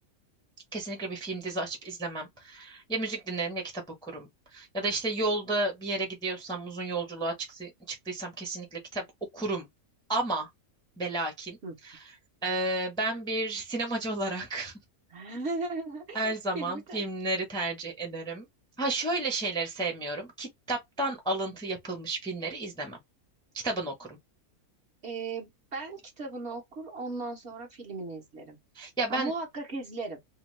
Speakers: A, in the centre; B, on the right.
A: <clears throat> kesinlikle bir film dizi açıp izlemem. Ya müzik dinlerim ya kitap okurum. Ya da işte yolda bir yere gidiyorsam, uzun yolculuğa çıktı- çıktıysam kesinlikle kitap okurum. Ama ve lakin
B: Hı.
A: eee, ben bir sinemacı <laughs> olarak
B: <laughs>
A: Her zaman
B: Filmi
A: filmleri
B: tercih.
A: tercih ederim. Ha şöyle şeyleri sevmiyorum. Kitaptan alıntı yapılmış filmleri izlemem. Kitabını okurum.
B: Ee, ben kitabını okur, ondan sonra filmini izlerim.
A: Ya
B: Ha,
A: ben
B: muhakkak izlerim.